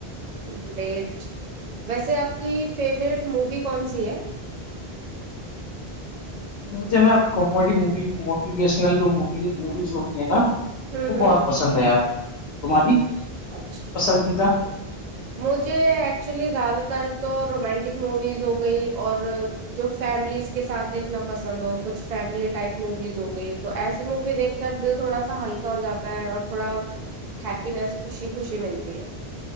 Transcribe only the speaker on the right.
گریٹ ویسے آپ کی فیوروریٹ مووی کون سی ہے <inaudible>
ہوں
ہوں
اچھا
مجھے ایکچولی زیادہ تر تو رومانٹک موویز ہو گئی اور جو فیملیز کے ساتھ دیکھنا پسند ہو کچھ فیملی ٹائپ موویز ہو گئی تو ایسی مووی دیکھ کا دل تھوڑا سا ہلکا ہو جاتا ہے اور تھوڑا ہیپینس خوشی خوشی ملتی ہے